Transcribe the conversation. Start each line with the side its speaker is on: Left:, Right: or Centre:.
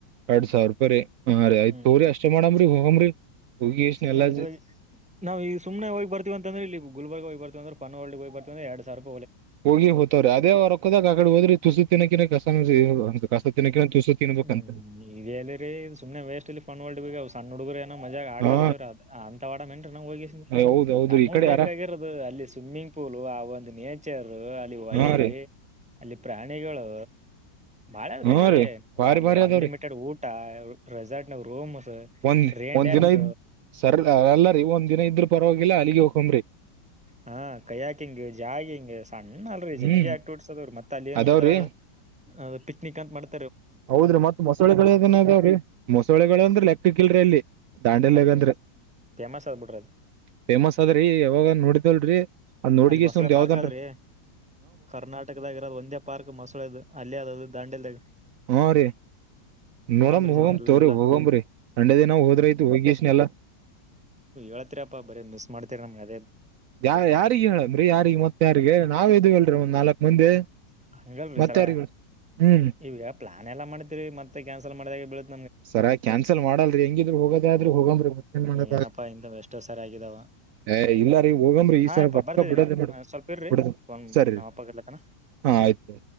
Right: ಎರಡ್ ಸಾವಿರ ರೂಪಾಯಿ ರ ಹಾ ರರಿ ಆಯ್ತ
Centre: ಹ್ಮ್
Right: ತೋ್ರಿ ಅಷ್ಟ ಮಾಡಾಮ್ರಿ ಹೋಗಮ್ರಿ ಹೋಗಿ ಎಷ್ಟ
Centre: ಸುಮ್ನೆ
Right: ಎಲ್ಲಾ
Centre: ಇಲ್ಲಿೋಗ ನಾವ ಈಗ ಸು್ನೆ ಹೋಗ್ ಬರ್ತತಿ ಅಂದ್ರ ಇಲ್ಲಿ ಈ ಗುಬರ್ಗ ಹೋಗಿ ಬರ್ತೀವಿ ಅ್ರ ಪನ್ಳ್ಳಿಗೆ ಹ್ರ್ತಂದ್ರ ಎಡು ಸಾವಿ
Right: ಹೋಗಿ ಹೋತವ್ರೀ ಅದೇ ಹೊರಕ್ಕೋದಾಗ ಆ ಕಡೆ ಹೋದ್ರಿ ತುಸು ತಿನಕಿನ ಕಸ ಕಸ ತಿನ್ನಕಿನ ತುಸು ತಿನ್ಬೇಕಂತ
Centre: ಹ್ಮ್ ಇದಲ್ಲಿರಿ ಸುಮ್ನೆ ವೇಸ್ಟ್ ಇಲ್ಲಿ ಫನ್ ವಲ್ಡ್ ಸಣ್ಣ ಹುಡುಗರ ನ ಮಜಾಗ ಆಟ
Right: ಹಾ
Centre: ಆಡ್ತೇವ್ರ ಅಂತವಾಡೇನ್ರಿ ನಾ್ ಹೋಗಿಸ
Right: ಹೌದ್ ಹೌದ್ರಿ
Centre: ನಮಗ್
Right: ಈ ಕಡೆ
Centre: ಬೇಕಾಗಿರೋದು
Right: ಯಾರ
Centre: ಅಲ್ಲಿ ಸ್ವಿಮ್ಮಿಂಗ್ ಪೂಲು ಆ ಒಂದು ನೇಚರ್ ಅಲ್ಲಿ ಹೊಳೆ
Right: ಹಾ ರೀ
Centre: ಅಲ್ಲಿ ಪ್ರಾಣಿಗಳು ಬಾಳ ಅವ್ರೀ
Right: ಹಾ
Centre: ಅಲ್ಲಿ
Right: ರೀ ಬಾರಿ
Centre: ಅಲ್ಲಿ
Right: ಬಾರಿ
Centre: ಅನ್ಲಿಮಿಟೆಡ್
Right: ಅದಾವ್ರಿ
Centre: ಊಟ ರೆಸಾರ್ಟ್ ನ ರೂಮ್ಸ್
Right: ಒಂದ್
Centre: ರೈನ್
Right: ಒಂದ್
Centre: ಡ್ಯಾನ್ಸ್
Right: ದಿನ ಇದ್ ಸರ್ ಅಲ್ಲರೀ ಒಂದ್ ದಿನ ಇದ್ರ ಪರವಾಗಿಲ್ಲ ಅಲ್ಲಿಗೆ ಹಕಂಬ್ರಿ
Centre: ಹಾ ಕೈ್ಯಾಾಕ ಹಿಂಗಗೆ ಜಾಗ ಹಿಂಗ ಸಣ್ಣ ಅಲ್ೀ
Right: ಹ್ಮ್
Centre: ಜಗ್ಗೆ ಆಕ್ಟ ಹೊಡ್ಸದವ್ರೀ ಮತ್ತೆ ತಲ್ಲಿ ಏನ್
Right: ಅದಾವ್ರಿ
Centre: ಮಾಡ್ತಾರ ಅ ಪಿಕ್ನಿಕ್ ಅಂತ ಮಾಡ್
Right: ಹೌದ್ರಿ ಮತ್ ಮೊಸಳೆಗಳುದನದಾವ್ರೀ ಮೊಸಳೆಗಳು ಅಂದ್ರೆ ಲೆಕ್ಕಕ್ಕಿಲ್ರರಿ ಅಲ್ಲಿ ದಾಂಡೆಲ್ಗಂದ್ರೆ
Centre: ಅದು ಫೇಮಸ್ ಅದ ಬಿಟ್ರ ಅದು
Right: ಫೇಮಸ್ ಅದ್ರೀ ಯಾವಾಗ ನೋಡಿದಲ್ರರಿ ಅದ ನೋಡಿಗಷ್ಟುಂದ
Centre: ಅಲ್ಲಿ ಮೊಸಳೆ ಪಾರ್ಕ್
Right: ಯಾವ್ದನ್ರೀ
Centre: ಆದ್ರಿ ಕರ್ನಾಟಕದಾಗ ಇರೋದು ಒಂದೇ ಪಾರ್ಕ್ ಮೊಸಳೆ ಇದು ಅಲ್ಲೇ ಅದದು ದಾಂಡೆಲ್ದಾಗ
Right: ಹ್ಮ್ ರೀ
Centre: ನೋಡಂಬ್ರಿ
Right: ನೋಡಮ
Centre: ಸರ್
Right: ಹೋಗಮ
Centre: ಎಲ್ಲಾ
Right: ತೋರಿ ಹೋಗಂಬ್ರಿ ಸಂಡೆ ದಿನ ನಾವ್ ಹೋದ್ರಯ್ತು ಹೋಗೀಷ್ಟನೆ ಎಲ್ಲಾ
Centre: ಹೇತೀರಪ್ಪಾ ಬರಿ ಮ್ ಮಾಡತೀರಿಮ್ಗೆ
Right: ಯ ಯಾರಿಗ ಹೇಳನ್ರಿ ಯಾರಿಗ ಮತ್ತ ಯಾರಿಗೆ ನಾವ್ ಇದ ಅಲ್ರಿ ಒಂದ್ ನಾಲ್ಕ್ ಮಂದಿ
Centre: ಹಂಗಲ್ರರಿ
Right: ಮತ್ತ
Centre: ಸರ
Right: ಯಾರಿಗ್ ಹ್ಮ್
Centre: ಇವಗ ಪ್ಲಾನ್ ಎಲ್ಲ ಮಾಡತಿರಿ ಮತ್ತೆ ಕ್ಯಾನ್ಸಲ್ ಮಾಡಿದಾಗ ಬೀಳ
Right: ಸರ ಕ್ಯಾನ್ಸಲ್ ಮಾಡಲ್ರಿ ಹೆಂಗಿದ್ರರು ಹೋಗದ ಆದ್ರೂ ಹೋಗರಿ ಮ ಏನ್ ಮಾಡದ
Centre: ಏನಪ್ಪಾ ಇಂತವ್ ಎಷ್ಟೋ ಸರಿ ಆಗಿದಾವ
Right: ಹ ಇಲ ಹೋಗ್ರಿ ಈ
Centre: ಹಾಯಪ್ಪಾ
Right: ಸಲ ಪಕ್ಕ
Centre: ಬರ್ತಿದ್ದೀನಿ
Right: ಬಿಡದಡ
Centre: ಸ್ವಲ್ಪ ಇರ್ರಿ
Right: ಬಿಡ
Centre: ಒಂದ್
Right: ಸರಿ
Centre: ನಮ್ಮಪ್ಪ ಕರಿಲತನ
Right: ಆಯ್ತು